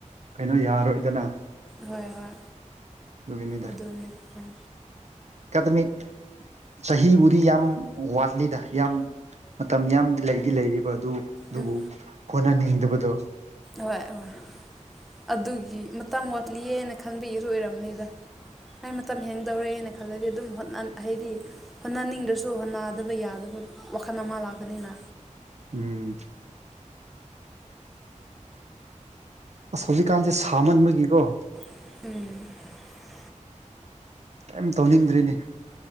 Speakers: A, on the right; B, in the centre.
A: ꯀꯩꯅꯣ ꯌꯥꯔꯣꯏꯗꯅ
B: ꯍꯣꯏ ꯍꯣꯏ
A: ꯑꯗꯨꯒꯤꯅꯤꯗ
B: ꯑꯗꯨꯅꯤ ꯎꯝ
A: ꯑꯦꯀꯥꯗꯃꯤꯛ ꯆꯍꯤꯕꯨꯗꯤ ꯌꯥꯝ ꯋꯥꯠꯂꯤꯗ ꯌꯥꯝ ꯃꯇꯝ ꯌꯥꯝꯗꯤ ꯂꯩꯗꯤ ꯂꯩꯔꯤꯕ ꯑꯗꯨ ꯑꯗꯨꯕꯨ
B: ꯎꯝ
A: ꯍꯣꯠꯅꯅꯤꯡꯗꯕꯗꯣ
B: ꯍꯣꯏ ꯍꯣꯏ ꯑꯗꯨꯒꯤ ꯃꯇꯝꯥꯡ ꯋꯥꯠꯂꯤꯑꯅ ꯈꯟꯕꯤꯒꯁꯨ ꯑꯣꯏꯔꯝꯅꯤꯗ ꯑꯩ ꯃꯇꯝ ꯍꯦꯡꯗꯧꯔꯦꯅ ꯈꯜꯂꯗꯤ ꯑꯗꯨꯝ ꯍꯥꯏꯗꯤ ꯍꯣꯠꯅꯅꯤꯡꯗ꯭ꯔꯁꯨ ꯍꯣꯠꯅꯗꯕ ꯌꯥꯗꯕ ꯋꯥꯈꯜ ꯑꯃ ꯂꯥꯛꯒꯅꯤꯅ
A: ꯎꯝ ꯑꯁ ꯍꯧꯖꯤꯛꯀꯥꯟꯁꯦ ꯁꯥꯃꯟꯕꯒꯤꯀꯣ
B: ꯎꯝ
A: ꯀꯩꯝ ꯇꯧꯅꯤꯡꯗ꯭ꯔꯤꯅꯦ